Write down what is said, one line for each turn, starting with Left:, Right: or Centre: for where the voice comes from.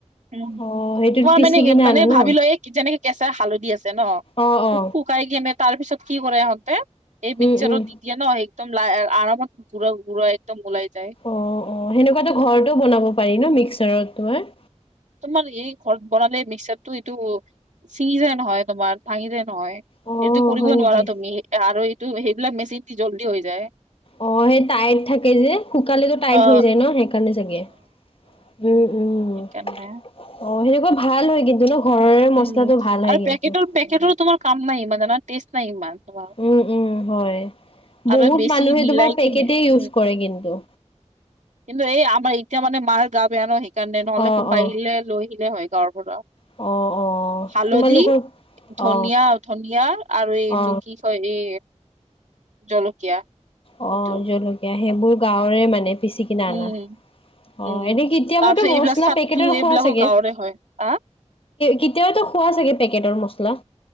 Right: উম,
Left: অ সেইটোত
Right: তোমাৰ
Left: পিচি
Right: মানে-মানে
Left: কিনে আনা
Right: ভাবি
Left: ন
Right: ল এই যেনেকে কেঁচা হালধি আছে ন
Left: অ
Right: খু
Left: অ
Right: খু - শুকাই কিনে তাৰ পিছত কি কৰে সিহঁতে এই মিক্সাৰত
Left: উম উম
Right: দি - দিয়ে ন একদম আৰামত ঘুৰা-ঘুৰা একদম ওলাই যায়।
Left: অ-অ সেনেকুৱাতো ঘৰতো বনাব পাৰি ন মিক্সাৰত তোমাৰ।
Right: তোমাৰ এই ঘৰত বনালে মিক্সাৰটো এইটো ছিঙি যায় নহয় তোমাৰ ভাঙি যায় নহয়।
Left: অ
Right: সেইটো কৰিব
Left: হয় নেকি
Right: নোৱাৰা তুমি আৰু এইটো সেইবিলাক মেচিন জল্দি হৈ যায়।
Left: অ সেই টাইট থাকে যে, শুকালেতো টাইট
Right: অ
Left: হৈ যায় ন সেইকাৰণে চাগে উম উম
Right: কেনে
Left: অ সেনেকুৱা ভাল হয় কিন্তু ন ঘৰৰে
Right: উম
Left: মছলাটো ভাল
Right: আৰু
Left: হয় কিন্তু।
Right: পেকেটৰ পেকেটৰ তোমাৰ কাম নাই ইমান টেষ্ট নাই ইমান। তোমাৰ
Left: উম-উম হয়
Right: আৰু
Left: বহুত
Right: বেছি
Left: মানুহে
Right: মিলাই
Left: তোমাৰ পেকেটে
Right: কিনে
Left: ইউজ
Right: উম
Left: কৰে কিন্তু।
Right: কিন্তু এই আমাৰ এতিয়া মানে মাৰ গা বেয়া ন সেইকাৰণে নহলে
Left: অ
Right: কোনোবা
Left: অ
Right: আহিলে লৈ আহিলে হয়। তাৰপৰা
Left: অ, অ,
Right: হালধি,
Left: তোমালোকৰ
Right: ধনিয়া
Left: অ
Right: ধনিয়া আৰু এইটো
Left: অ
Right: কি- কয় ই জলকীয়া-
Left: অঁ,
Right: সেইটো
Left: জলকীয়া সেইবোৰ গাঁৱৰে মানে পিচি- কিনা
Right: উম
Left: আনা,
Right: উম,
Left: অঁ এনেই কেতিয়াবাতো
Right: তাৰ পিছত এইবিলাক
Left: মছলা
Right: চাটটো
Left: পেকেটৰ
Right: এইবিলাকো
Left: খোৱা চাগে?
Right: গাঁৱৰে হয়। আহ
Left: কেতিয়াবাটো খোৱা চাগে পেকেটৰ মছলা?